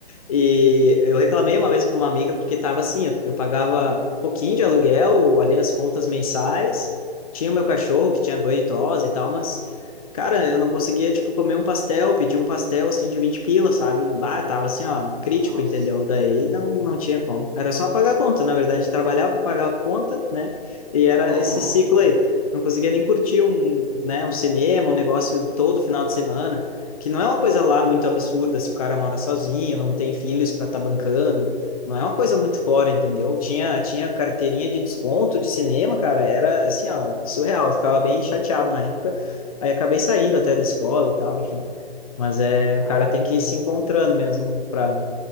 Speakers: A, on the left; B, on the right.
A: E eu reclamei uma vez para uma amiga porque estava assim, eu, eu pagava pouquinho de aluguel, ali as contas mensais, tinha o meu cachorro que tinha banho e tosa e tal, mas cara, eu não conseguia tipo comer um pastel, pedir um pastel assim de 20 pila, sabe? Bah, tava assim, ó, crítico,
B: nossa.
A: entendeu? Daí não não tinha como. Era só pagar a conta, na verdade, trabalhava para pagar a conta, né? E era
B: Uhum.
A: esse ciclo aí. Não conseguia nem curtir um, né, um cinema, um negócio todo final de semana que não é uma coisa lá muito absurda se o cara mora sozinho, não tem filhos para estar tá bancando, não é uma coisa muito fora, entendeu? Tinha, tinha carteirinha de desconto de cinema, cara, era assim, ó, surreal, eu ficava bem chateado na época, aí acabei saindo até da escola e tal, enfim. Mas é,
B: Pô.
A: o cara tem que ir se encontrando mesmo para